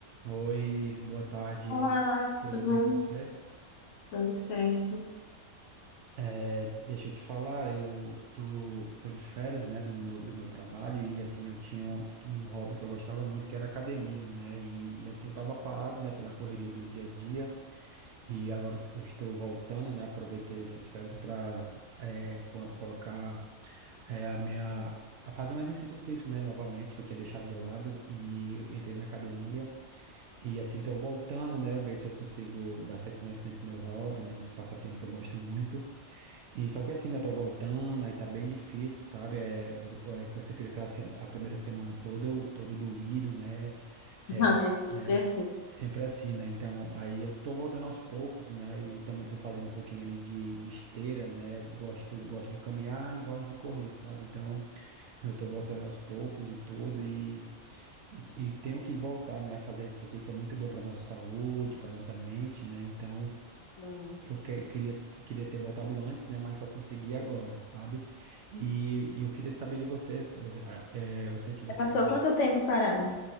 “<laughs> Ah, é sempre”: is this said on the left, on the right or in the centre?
Left